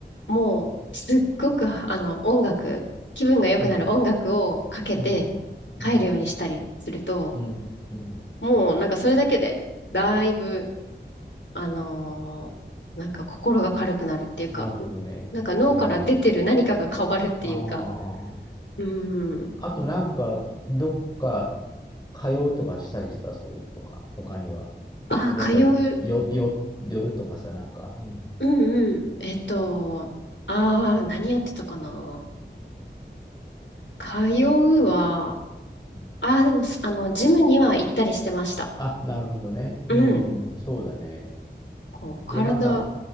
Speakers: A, on the left; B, on the left.
A: もう、すっごく、あの、音楽、気分が良くなる音楽をかけて帰るようにしたりすると、
B: うん、うん、うん、うん、うん。
A: もう、なんかそれだけで、だいぶ、あのーなんか心が軽くなるっていうか、
B: なるほどね。
A: なんか脳から出てる何かが変わるっていうか、
B: えー、ああ。
A: うん。
B: あとなんか、どっか通うとかしたりした、それとか、他には。
A: ああ、
B: どっかよ、
A: 通う
B: よ、寄るとかさ、なんか。うん、
A: うんうん。えっと、ああ、何やってたかな。通うは、
B: うん
A: ああ、でもす、あの、ジムには行ったりしてました。
B: あ、なるほどね。
A: うん。
B: うん、そうだね。
A: こう、体、
B: で、なんか、